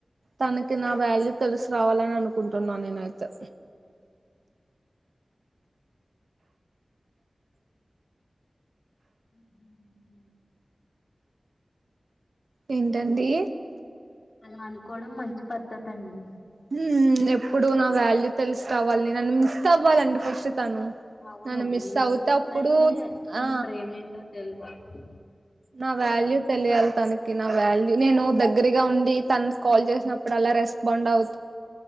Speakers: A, on the right (about 75°); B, on the left (about 55°).
A: తనకి, నా వాల్యూ తెలుసు రావాలని అనుకుంటున్నా నేనైతే.
B: <inaudible>
A: ఏంటండి
B: అలా అనుకోవడం మంచి పద్ధతి అండి.
A: హ్మ్ ఎప్పుడు నా వాల్యూ తెలిసిరావలి, నన్ను మిస్ అవ్వాలండి ఫస్ట్ తను.
B: అవును
A: నన్ను మిస్
B: మిమ్మల్ని
A: అవుతే
B: మిస్
A: అప్పుడు
B: అయితే మీ
A: ఆ
B: ప్రేమేంటో తెలుస్తుంది
A: నా వాల్యూ తెలియాలి తనకి, నా వాల్యూ నేను దగ్గరగా ఉండి తన కాల్ చేసినప్పుడు అల్లా రెస్. బౌండవ్